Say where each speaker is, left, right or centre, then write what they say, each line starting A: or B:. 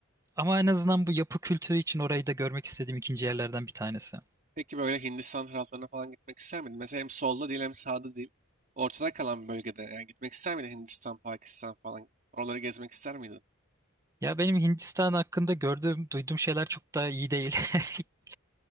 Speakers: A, on the right (about 15°); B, on the right (about 40°).
A: Ama en azından bu yapı kültürü için orayı da görmek istediğim ikinci yerlerden bir tanesi.
B: Peki böyle Hindistan taraflarına falan gitmek ister miydin? Mesela hem solda değil hem sağda değil. Ortada kalan bir bölgede yani gitmek ister miydin Hindistan, Pakistan falan? Oraları gezmek ister miydin?
A: Ya benim Hindistan hakkında gördüğüm, duyduğum şeyler çok da iyi değil. <laughs>